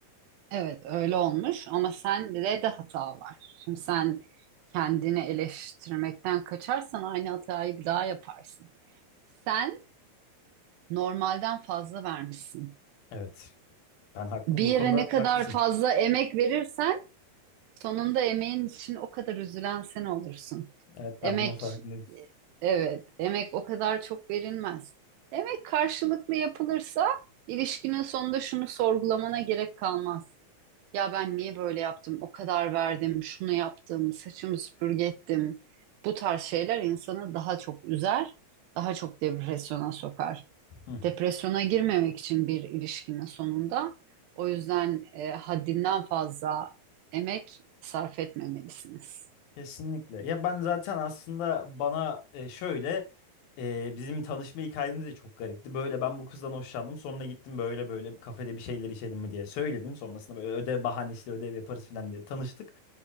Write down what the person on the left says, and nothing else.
Evet. Ben haklı
bu
konuda
haklısın.
Evet
ben bunun farkındayım.
<laughs>
Kesinlikle. Ya ben zaten aslında bana e, şöyle e, bizim tanışma hikayemiz de çok garipti. Böyle ben bu kızdan hoşlandım. Sonra gittim böyle böyle bir kafede bir şeyler içelim mi diye söyledim. Sonrasında böyle ödev bahanesiyle ödev yaparız falan diye tanıştık.